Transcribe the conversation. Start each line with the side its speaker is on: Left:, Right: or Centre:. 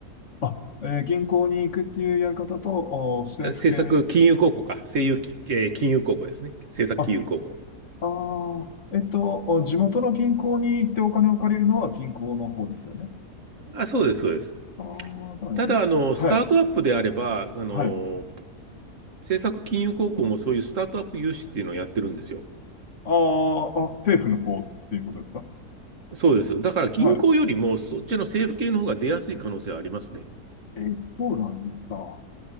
Left: あ、えー銀行に行くっていうやり方と、お政府系、
Right: 政策金融公庫か。政融、えー金融公庫ですね。政策金融公庫。
Left: あ、あー、えっと、お地元の銀行に行ってお金を借りるのは銀行の方ですよね。
Right: あ、そうです、そうです。
Left: ああ、そうなんですね。
Right: ただ、あの、
Left: はい。
Right: スタートアップであれば、あの、
Left: はい。あ
Right: 政策金融高校もそういうスタートアップ融資っていうのをやってるんですよ。
Left: あ、あ、政府の方っていうことですか
Right: そうです。だから銀行よりもそっちの政府系の方が出やすい可能性はありますね。
Left: はい。え、そうなんですか。